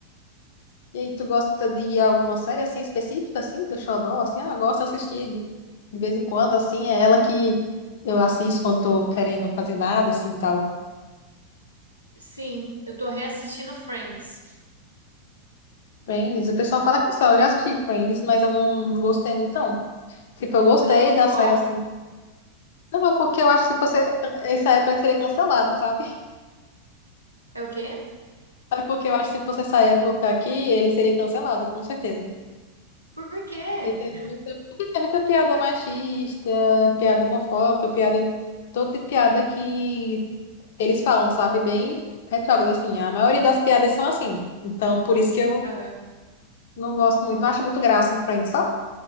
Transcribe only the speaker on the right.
Sim, eu tô reassistindo Friends.
Você não gostou?
É o quê?
Por quê?
Ah,